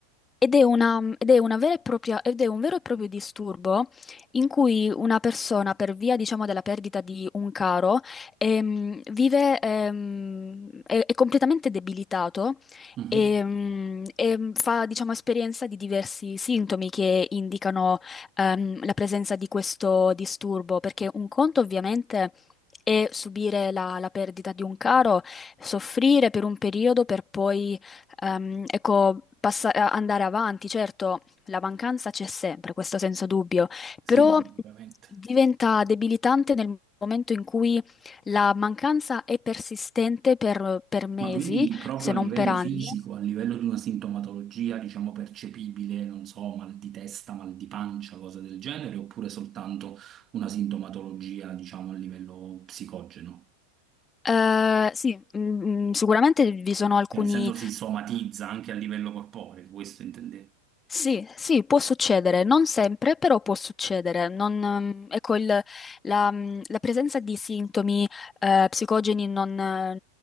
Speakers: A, on the left; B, on the right.
A: ed è una, ed è una vera e propria, ed è un vero e proprio disturbo in cui una persona, per via, diciamo, della perdita di un caro, ehm, vive, ehm, è, è completamente debilitato
B: Mhm.
A: ehm, e, fa, diciamo, esperienza di diversi sintomi che indicano, ehm, la presenza di questo disturbo, perché un conto ovviamente è subire la la perdita di un caro, soffrire per un periodo per poi Ehm, ecco, passa- eh, andare avanti, certo, la mancanza c'è sempre, questo senza dubbio,
B: Sì,
A: però
B: sì, sicuramente.
A: diventa debilitante nel momento in cui la mancanza è persistente per, per mesi,
B: Ma quindi proprio
A: se
B: a
A: non
B: livello
A: per anni.
B: fisico, a livello di una sintomatologia, diciamo, percepibile, non so, mal di testa, mal di pancia, cose del genere, oppure soltanto una sintomatologia, diciamo, a livello psicogeno?
A: Eh, sì, mm, mm, sicuramente vi sono alcuni
B: Cioè, nel senso si somatizza anche a livello corporeo, questo intendevo.
A: Sì, sì, può succedere, non sempre, però può succedere. Non, ehm, ecco, il- la, mm, la presenza di sintomi eh, psicogeni non, eh,